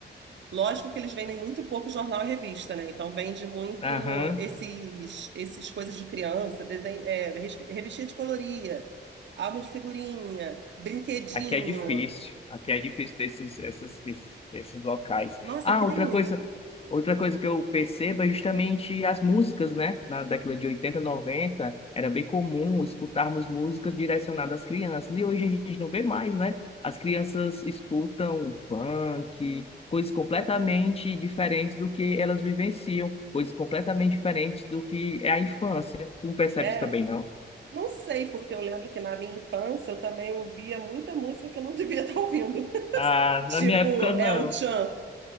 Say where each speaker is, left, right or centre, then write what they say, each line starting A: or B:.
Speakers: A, on the right (about 85°); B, on the left (about 35°).
A: Lógico que eles vendem muito pouco jornal e revista, né? Então vende muito
B: aham.
A: esses, esses coisas de criança, desenho, é, res- revistinha de colorir, álbum de figurinha, brinquedinho.
B: Aqui é difícil, aqui é difícil ter esses, essas- esses, esses locais.
A: Nossa,
B: Ah,
A: aqui tem
B: outra
A: muito.
B: coisa, outra coisa que eu percebo é justamente as músicas, né? Na década de 80, 90, era bem comum escutarmos músicas direcionadas às crianças, e hoje a gente não vê mais, né? As crianças escutam funk, coisas completamente diferentes do que elas vivenciam, coisas completamente diferentes do que é a infância. Tu Não percebes
A: É,
B: também, não?
A: não sei, porque eu lembro que na minha infância eu também ouvia muita música que eu não devia <laughs> estar ouvindo.
B: Ah,
A: Tipo,
B: na minha época não.
A: El-Chan,